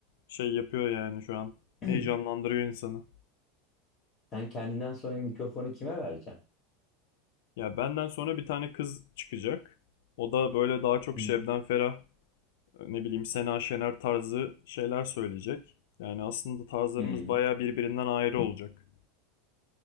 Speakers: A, on the left; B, on the left.
A: şey yapıyor yani şu an.
B: <clears throat>
A: Heyecanlandırıyor insanı.
B: Sen kendinden sonra mikrofonu kime vereceksin?
A: Ya benden sonra bir tane kız çıkacak. O da böyle daha çok
B: Hı
A: Şebnem
B: hı,
A: Ferah, ne bileyim Sena Şener tarzı şeyler söyleyecek. Yani aslında tarzlarımız
B: hı
A: bayağı birbirinden ayrı olacak.